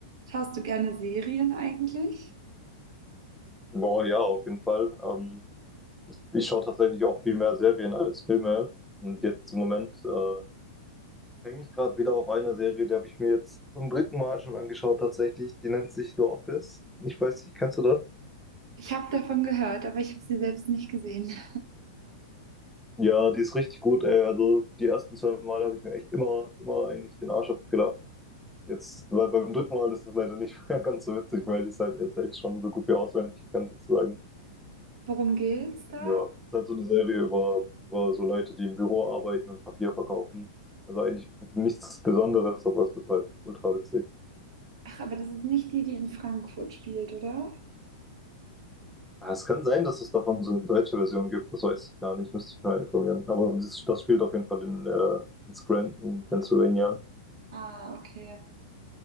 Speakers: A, on the right; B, in the centre.
A: Schaust du gerne Serien eigentlich?
B: Boah, ja, auf jeden Fall. Ähm, ich, ich schaue tatsächlich auch viel mehr Serien als Filme. Und jetzt im Moment äh, hänge ich gerade wieder auf einer Serie, die habe ich mir jetzt zum dritten Mal schon angeschaut, tatsächlich. Die nennt sich The Office. Ich weiß nicht, kennst du das?
A: Ich habe davon gehört, aber ich habe sie selbst nicht gesehen.
B: Ja, die ist richtig gut, ey. Also die ersten zwei Mal habe ich mir echt immer, immer eigentlich den Arsch abgelacht. Jetzt, weil beim dritten Mal ist es leider nicht <laughs> mehr ganz so witzig, weil ich es halt jetzt echt schon so gut wie auswendig kann, sozusagen.
A: Worum geht's da?
B: Ja, es ist halt so eine Serie über, über so Leute, die im Büro arbeiten und Papier verkaufen. Also eigentlich nichts Besonderes, aber es ist halt ultra witzig.
A: Ach, aber das ist nicht die, die in Frankfurt spielt, oder?
B: Ah, Es kann sein, dass es davon so eine deutsche Version gibt, das weiß ich gar nicht, müsste ich mal informieren. Aber das, das spielt auf jeden Fall in, äh, in Scranton, Pennsylvania.
A: Ah, okay.